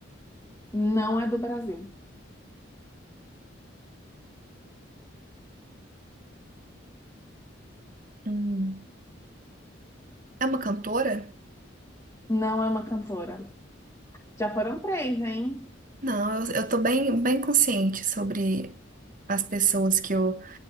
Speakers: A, on the left (about 15°); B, on the right (about 40°).
A: Não é do Brasil.
B: Hum. É uma cantora?
A: Não é uma cantora. Já foram três, hein?
B: Não, eu, eu tô bem, bem consciente sobre as pessoas que eu,